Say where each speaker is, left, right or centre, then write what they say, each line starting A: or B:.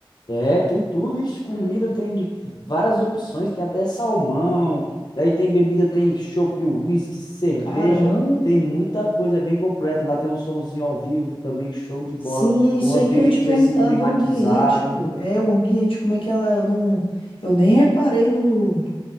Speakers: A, on the left; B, on the left.
A: É, tem tudo, ixi, comida tem de várias opções, tem até salmão, daí tem bebida, tem chopp, whisky, cerveja,
B: Caramba!
A: tem muita coisa, é bem completo. Lá tem um sonzinho ao vivo também, show de bola,
B: Sim, isso
A: o ambiente
B: aí que eu ia te perguntar
A: assim climatizado.
B: do ambiente, pô. É, o ambiente, como é que é lá? Eu não... Eu nem reparei no...